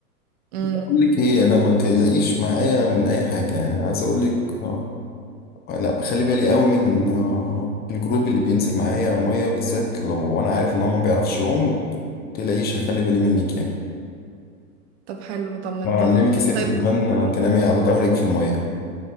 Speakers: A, on the right; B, on the left.
A: امم
B: أقول لك إيه أنا ما تقلقيش معايا من أي حاجة يعني عايز أقول لك آه، لا بخلي بالي قوي من آه، الجروب اللي بينزل معايا ميه بالذات لو انا عارف ان هو ما بيعرفش يقوم تلاقيش هخلي بالي منك يعني
A: طب حلو طمنتني
B: وأعلمك يا ستي
A: طيب
B: كمان آه، تنامي على ظهرك في الميه